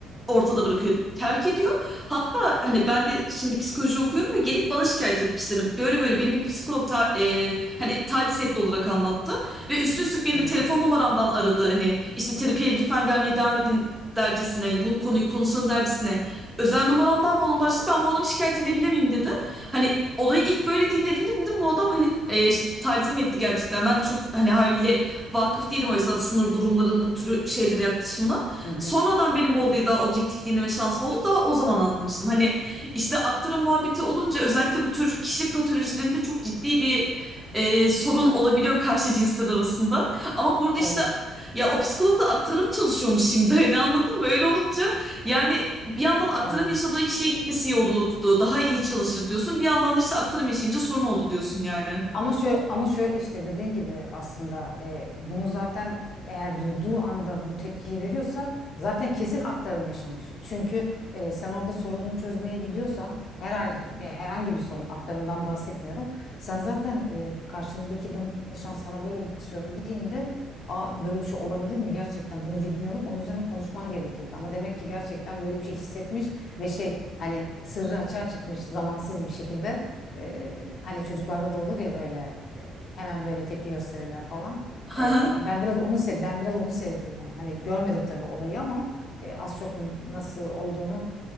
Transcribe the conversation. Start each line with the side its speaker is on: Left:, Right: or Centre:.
Centre: ortada bırakıyor, terk ediyor. Hatta hani ben de şimdi psikoloji okuyorum ve gelip bana şikayet etmişler. Hani böyle böyle beni bir psikolog ta- e, hani taciz etti olarak anlattı ve üstüne üstlük beni
Left: Hı hı.
Centre: de telefon numaramdan aradı. Hani işte terapiye lütfen gelmeye devam edin dercesine hani bu konuyu konuşalım dercesine özel numaramdan bana ulaştı. Ben bu adamı şikayet edebilir miyim dedim. Hani olayı ilk böyle dinlediğimde dedim bu adam hani e, taciz mi etti gerçekten. Ben de çok hani haliyle vakıf değilim oysa da sınır durumların bu türü şeylere yaklaşımına.
Left: Hı hı.
Centre: Sonradan benim bu olayı daha objektif dinleme şansım oldu. Daha o zaman anlamıştım. Hani işte aktarım muhabbeti olunca özellikle bu tür kişilik patolojilerinde çok ciddi bir e, sorun olabiliyor karşı cinsler arasında. Ama burada
Left: Evet
Centre: işte ya o psikolog da aktarım çalışıyormuş şimdi hani anladın mı? Öyle olunca yani bir yandan aktarım
Left: evet.
Centre: yaşadığı kişiye gitmesi iyi olurdu. Daha iyi çalışır diyorsun. Bir yandan da işte aktarım yaşayınca sorun oldu diyorsun yani.
Left: Ama şöyle, ama şöyle işte dediğin gibi aslında e, bunu zaten eğer duyduğu anda bu tepkiyi veriyorsa zaten kesin aktarım yaşamış. Çünkü e, sen orada sorununu çözmeye gidiyorsan herhangi, herhangi bir sorun aktarımdan bahsetmiyorum. Sen zaten e, karşındaki danışan sana böyle bir şey söylediğinde Aa, böyle bir şey olabilir mi gerçekten bunu ciddiye alıp onun üzerine konuşman gerekirdi. Ama demek ki gerçekten böyle bir şey hissetmiş ve şey hani sırrı açığa çıkmış zamansız bir şekilde. Ee, hani çocuklarda da olur ya böyle e, hemen böyle tepki gösterirler falan.
Centre: <laughs>
Left: Ee, ben biraz onu se ben biraz onu sezdim yani. Hani görmedim tabii olayı ama e, az çok n- nasıl olduğunu